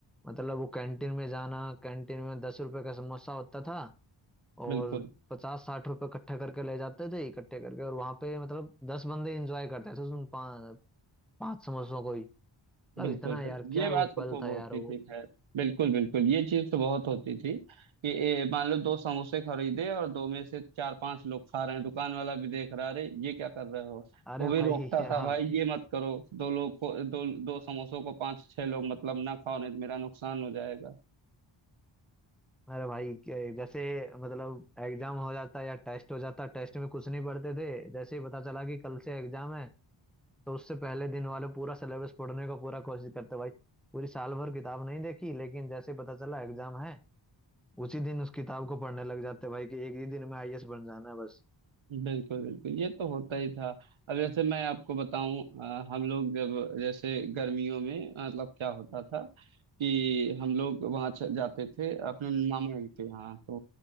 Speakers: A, in the centre; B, on the right (about 85°).
A: मतलब वो कैंटीन में जाना कैंटीन में दस रुपए का समोसा होता था और
B: बिल्कुल
A: पचास साठ रुपए इकट्ठे करके ले जाते थे इकट्ठे करके और वहां पे मतलब दस बंदे एंजॉय करते थे उन पांच पांच समोसों को ही मतलब
B: बिल्कुल
A: इतना
B: बिल्कुल
A: यार क्या
B: ये बात
A: वो
B: तो
A: पल
B: खूब
A: था
B: होती
A: यार वो
B: थी खैर बिल्कुल बिल्कुल ये चीज तो बहुत होती थी कि ए, मान लो दो समोसे खरीदे और दो में से चार पांच लोग खा रहे हैं दुकान वाला भी देख रहा अरे ये क्या कर रहे हो
A: अरे
B: वो भी
A: भाई
B: रोकता
A: <laughs> यार
B: था भाई ये मत करो दो लोग को दो दो समोसों को पांच छह लोग मतलब ना खाओ नहीं तो मेरा नुकसान हो जाएगा
A: अरे भाई के- जैसे मतलब एग्जाम हो जाता या टेस्ट हो जाता टेस्ट में कुछ नहीं पढ़ते थे जैसे ही पता चला कि कल से एग्जाम है तो उससे पहले दिन वाले पूरा सिलेबस पढ़ने का पूरा कोशिश करते भाई पूरी साल भर किताब नहीं देखी लेकिन जैसे ही पता चला एग्जाम है उसी दिन उस किताब को पढ़ने लग जाते भाई कि एक ही दिन में आईएएस बन जाना है बस
B: बिल्कुल बिल्कुल ये तो होता ही था अब जैसे मैं आपको बताऊं अ, हम लोग जब जैसे गर्मियों में मतलब क्या होता था कि हम लोग वहाँ च- जाते थे अपने मामा जी के यहाँ तो